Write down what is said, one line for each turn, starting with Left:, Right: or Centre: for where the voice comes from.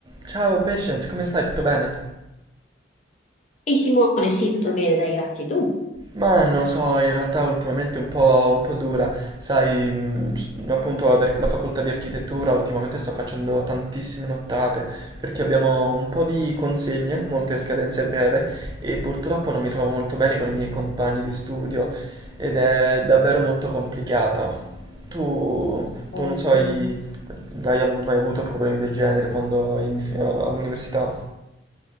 Right: Ciao Patience, come stai? Tutto bene?
Left: Ehi Simone, sì, tutto bene, dai, grazie. Tu?
Right: Ma non so, in realtà ultimamente un po', un po' dura, sai, mh, s- appunto ad arch- la facoltà di architettura ultimamente sto facendo tantissime nottate perché abbiamo un po' di consegne, molte scadenze a breve e purtroppo non mi trovo molto bene con i miei compagni di studio ed è davvero molto complicata. Tu,
Left: Poi,
Right: tu non so,
Left: mm,
Right: hai, hai avu- mai avuto problemi del genere quando in- all'università?